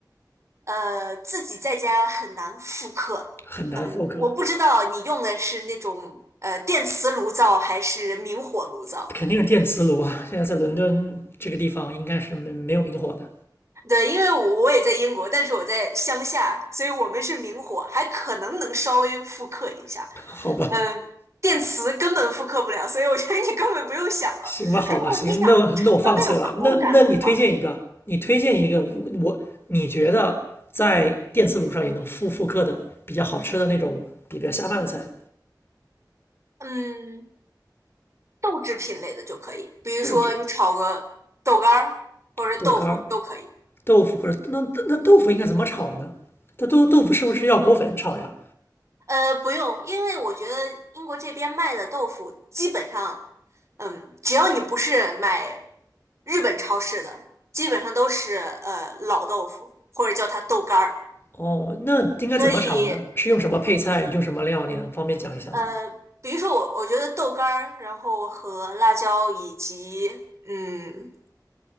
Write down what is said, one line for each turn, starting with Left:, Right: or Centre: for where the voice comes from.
Right: 呃，自己在家很难复刻。
Left: 很难复刻，
Right: 我不知道你用的是那种呃电磁炉灶还是明火炉灶。
Left: 肯定是电磁炉啊。现在在伦敦这个地方应该是没没有明火的，
Right: 对，因为我我也在英国，但是我在乡下，所以我们是明火，还可能能稍微复刻一下。
Left: 好吧。
Right: 嗯，电磁根本复刻不了，所以我觉得你根本不用想了。
Left: 行吧，好吧，
Right: 如果你想尝到那种口感的话，
Left: 行，那我那我放弃了。那那你推荐一个，你推荐一个，我你觉得在电磁炉上也能复复刻的比较好吃的那种比较下饭的菜，
Right: 嗯，豆制品类的就可以，比如说你炒个豆干儿或者豆腐都可以。
Left: 豆汁、豆干儿、豆腐或者那那豆腐应该怎么炒呢？那豆豆腐是不是要裹粉炒呀？
Right: 呃，不用，因为我觉得英国这边卖的豆腐基本上，嗯，只要你不是买日本超市的，基本上都是呃老豆腐，或者叫它豆干儿。
Left: 哦，那应该怎么炒呢？
Right: 所以，
Left: 是用什么配菜，用什么料？你能方便讲一下吗？
Right: 呃，比如说我，我觉得豆干儿，然后和辣椒以及嗯